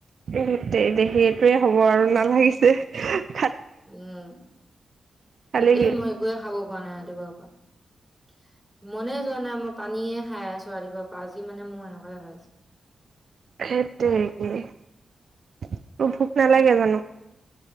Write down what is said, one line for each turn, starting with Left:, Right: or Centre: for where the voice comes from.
Right: সতে দে সেইটোৱে হ'ব আৰু নালাগিছে হ
Centre: উম
Right: খালি
Centre: এ
Right: কি
Centre: মই একোয়ে খাব খোৱা নাই ৰাতিপুৱাৰ পৰা মনে যোৱা নাই মই পানীয়ে খাই আছো ৰাতিপুৱাৰ পৰা আজি মানে মোৰ এনেকুৱাই হৈ আছে
Right: সেইটোৱেই ত ভোক নালাগে জানো